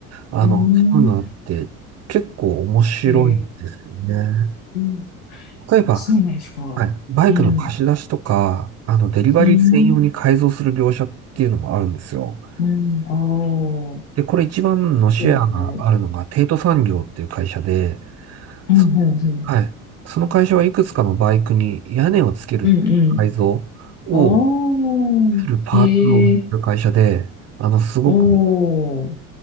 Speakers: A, on the right; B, on the left.
A: あの、
B: ん。
A: そういうのあって結構面白いんですよね。
B: うーん。へえ。
A: 例えば、
B: あ、そうなんですか。
A: はい。バイクの貸し出しとか、
B: うん。
A: あの、デリバリー専用に改造する業者っていうのもあるんですよ。
B: うん。うん。ああ。
A: で、これ一番のシェアがあるのが、
B: そうですね。
A: テイト産業っていう会社で、
B: うんうんうん。
A: そはい。その会社はいくつかのバイクに屋根をつける改造を
B: うんうん。ああ。
A: するパーツを売ってる会社で、
B: へえ。
A: あの、すごく
B: おお。